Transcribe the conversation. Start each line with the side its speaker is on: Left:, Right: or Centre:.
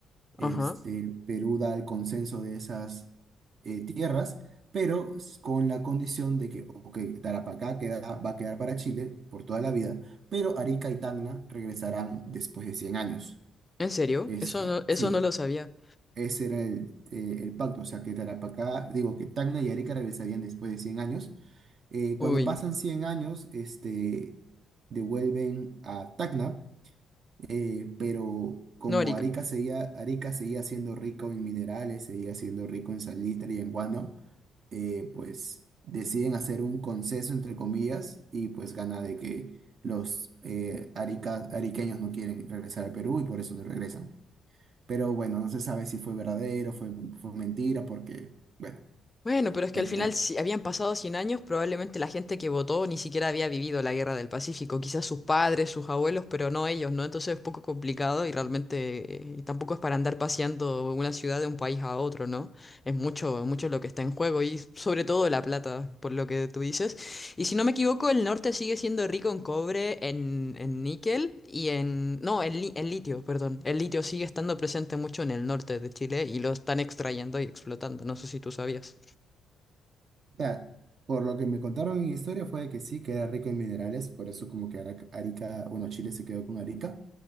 Left: Ajá.
Right: Este, Perú da el consenso de esas eh, tierras, pero s- con la condición de que, ok, Tarapacá queda, va a quedar para Chile por toda la vida, pero Arica y Tacna regresarán después de 100 años.
Left: ¿En serio?
Right: Este,
Left: Eso no, eso
Right: sí,
Left: no lo sabía.
Right: ese era el, eh, el pacto, o sea, que Tarapacá, digo, que Tacna y Arica regresarían después de 100 años. Eh,
Left: Uy.
Right: cuando pasan 100 años, este, devuelven a Tacna, eh, pero como
Left: No,
Right: Arica seguía, Arica seguía siendo rico en minerales, seguía siendo rico en salitre y en guano, eh, pues deciden hacer un conceso, entre comillas, y pues gana de que los eh, arica- ariqueños no quieren regresar al Perú y por eso no regresan. Pero bueno, no se sabe si fue verdadero, fue, fue mentira, porque, bueno,
Left: Bueno, pero es
Right: pero,
Left: que al final, si habían pasado 100 años, probablemente la gente que votó ni siquiera había vivido la Guerra del Pacífico. Quizás sus padres, sus abuelos, pero no ellos, ¿no? Entonces es un poco complicado y realmente eh, tampoco es para andar paseando una ciudad de un país a otro, ¿no? Es mucho, mucho lo que está en juego y sobre todo la plata, por lo que tú dices. Y si no me equivoco, el norte sigue siendo rico en cobre, en, en níquel y en... No, en, li- en litio, perdón. El litio sigue estando presente mucho en el norte de Chile y lo están extrayendo y explotando. No sé si tú sabías.
Right: o sea, por lo que me contaron en historia fue de que sí, que era rico en minerales, por eso como que Ara- Arica, bueno, Chile se quedó con Arica.